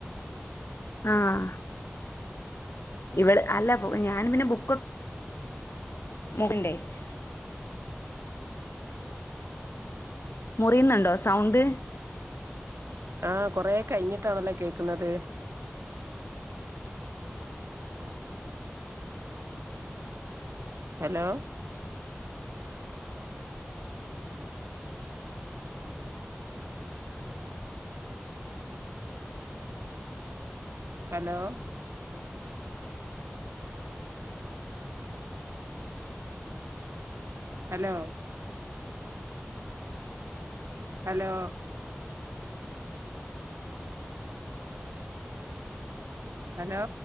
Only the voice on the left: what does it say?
ആഹ് ഇവള് അല്ല പൊ ഞാൻ പിന്നെ ബുക്കോ <unintelligible> മുറിയുന്നുണ്ടോ സൗണ്ട്